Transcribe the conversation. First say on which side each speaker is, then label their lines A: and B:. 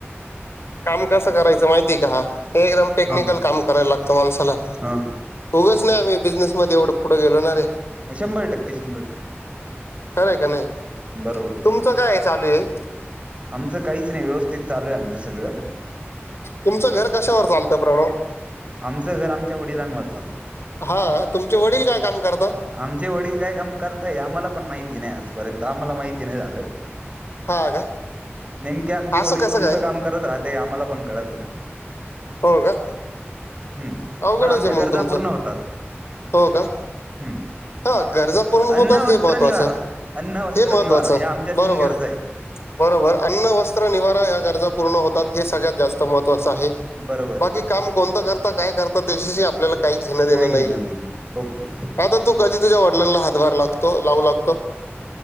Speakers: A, on the left; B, on the right.
A: काम कसं करायचं माहितीय का? हे एकदम टेक्निकल
B: हा हा
A: काम करायला लागतं माणसाला उगाच
B: हा
A: उगच नाही आम्ही बिझनेसमध्ये एवढं पुढं गेलो ना रे.
B: हा. शंभर टक्के शंभर
A: खरयं का नाही?
B: टक्के बरोबर
A: तुमचं काय चालू हे?
B: आमचं काहीच नाही. व्यवस्थित चालू आहे आमचं सगळं.
A: तुमचं घर कशावर चालतं? प्रणव.
B: आमचं घर आमच्या वडिलांवर चालतं.
A: हा तुमचे वडील काय काम कर
B: आमचे वडील काय काम करताय? आम्हाला पण माहिती नाही आजपर्यंत, आम्हाला माहिती नाही झालं.
A: हा का.
B: नेमके आमचे
A: असं
B: वडील
A: कसं
B: कोणचं
A: काय
B: काम करत राहते? आम्हाला पण कळत नाही.
A: हो का
B: हम्म
A: अवघडच
B: पण आमच्या
A: आहे मग
B: गरजा
A: तुमचं
B: पूर्ण होतात.
A: हो का
B: हम्म
A: हा गरजा पूर्ण
B: अन्न,
A: होतात हे
B: वस्त्र,
A: महत्वाचं
B: निवारा. अन्न, वस्त्र,
A: हे महत्वाचं
B: निवारा ह्या आमच्या
A: बरोबर
B: तीन गरज आहेत.
A: बरोबर अन्न, वस्त्र, निवारा ह्या ग रजा पुर्ण होतात हे सळगळ्यात जास्त महत्वाचं आहे.
B: बरोबर आहे
A: बाकी
B: बरोबर
A: काम कोणत करता काय करता त्याच्याशी आपल्याला काही घेण देण
B: काही
A: नाही
B: घेणं
A: आहे.
B: ओके
A: आता तु कधी तुझ्या वडिलांला हातभार लागतो, लावू लागतो?